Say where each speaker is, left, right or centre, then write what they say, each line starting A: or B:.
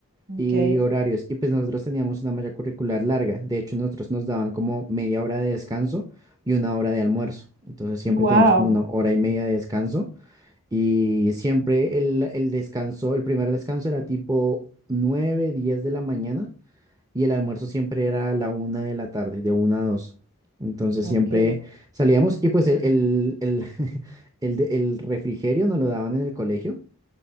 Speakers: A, on the right; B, on the right.
A: Ok,
B: y horarios, y pues nosotros teníamos una malla curricular larga. De hecho, nosotros nos daban como media hora de descanso y una hora de almuerzo. Entonces siempre
A: wow,
B: teníamos como una hora y media de descanso Y siempre el, el descanso, el primer descanso era tipo 9 10 de la mañana y el almuerzo siempre era a la una de la tarde, de una a 2. Entonces
A: ok,
B: siempre salíamos y pues el, el, el, <laughs> el de- el refrigerio nos lo daban en el colegio